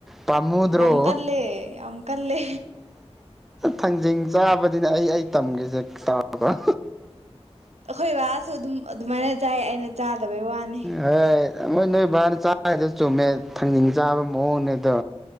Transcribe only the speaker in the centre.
ꯄꯃꯨꯗ꯭ꯔꯣ
ꯊꯥꯡꯖꯤꯡ ꯆꯥꯕꯗꯤꯅꯦ ꯑꯩ ꯑꯩ ꯇꯝꯒꯦꯁꯦ ꯇꯥꯕꯔ
<unintelligible> ꯃꯣꯏ ꯅꯣꯏ ꯕꯥꯅ ꯆꯥꯔꯤꯗꯖ ꯆꯨꯝꯃꯦ ꯊꯥꯡꯖꯤꯡ ꯆꯥꯕ ꯃꯑꯣꯡꯅꯦ ꯑꯗꯣ